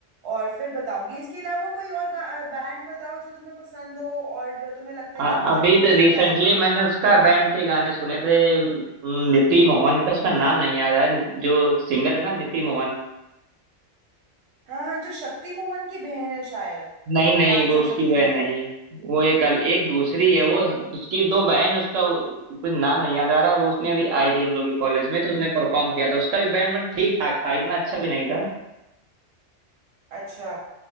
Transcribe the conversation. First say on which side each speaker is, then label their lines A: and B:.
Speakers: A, on the right; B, on the right.
A: और फिर बताऊंगी इसके अलावा कोई और बैंड बताओ जो तुम्हें पसंद हो और जो तुम्हें लगता है
B: आ-
A: कि मुझे
B: अभी
A: भी
B: तो
A: पसंद
B: रिसेंटली
A: आएगा वो।
B: मैंने उसका बैंड के गाने सुने थे उम, नीति मोहन का उसका नाम नहीं याद है जो सिंगर है ना नीति मोहन
A: हाँ हाँ जो शक्ति मोहन की बहन है शायद
B: नहीं नहीं
A: डांसर
B: वो उसकी
A: शक्ति
B: बहन
A: मोहन
B: नहीं
A: की
B: है
A: बहन
B: वो एक अल, एक दूसरी है वो उसकी दो बहन है, उसका वो- कुछ नाम नहीं याद आ रहा वो उसने अभी आई थी हम लोग के कॉलेज में तो उसने परफॉर्म किया था उसका भी बैंड मतलब ठीक ठाक था इतना अच्छा भी नहीं था
A: अच्छा